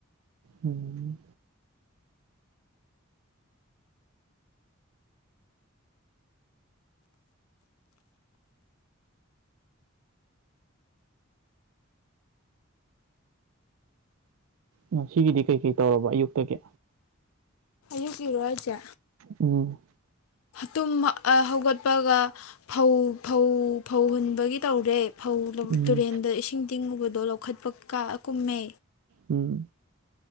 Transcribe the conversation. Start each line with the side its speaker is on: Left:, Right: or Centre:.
Right: ꯎꯝ ꯉꯁꯤꯒꯤꯗꯤ ꯀꯩ ꯀꯩ ꯇꯧꯔꯕ ꯑꯌꯨꯛꯇꯒꯤ
Left: ꯑꯌꯨꯛꯀꯤꯔꯣ ꯍꯥꯏꯖꯦ
Right: ꯎꯝ
Left: ꯇꯨꯝ ꯍꯧꯒꯠꯄꯒ ꯐꯧ ꯐꯧ ꯐꯧꯍꯨꯟꯕꯒꯤ ꯇꯧꯔꯦ ꯐꯧ
Right: ꯎꯝ
Left: ꯇꯨꯔꯦꯟꯗ ꯏꯁꯤꯡ ꯇꯤꯡꯉꯨꯕꯗꯣ ꯂꯧꯈꯠꯄ ꯀ ꯀꯨꯝꯃꯦ
Right: ꯎꯝ